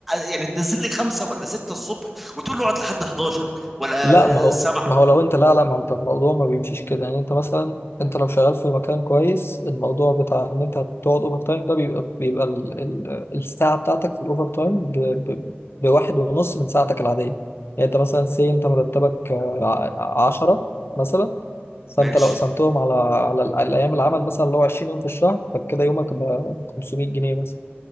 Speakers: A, in the centre; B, on the left (about 70°).
A: يعني تنزل لي خمسة ولا ستة الصبح وتقول لي اقعد لحد 11 ولا
B: لا ما هو
A: سبعة
B: ما هو لو انت لا لا ما انت الموضوع ما بيمشيش كده يعني انت مثلا انت لو شغال في مكان كويس الموضوع بتاع ان انت تقعد اوفر تايم ده بيبقى بيبقى ال ال الساعه بتاعتك في الاوفر تايم ب ب بواحد ونص من ساعتك العاديه يعني انت مثلا سي انت مرتبك آه، ع- عشرة مثلا
A: ماشي
B: فانت لو قسمتهم على على ال- الايام العمل مثلا اللي هو 20 يوم في الشهر فكده يومك ب 500 جنيه مثلا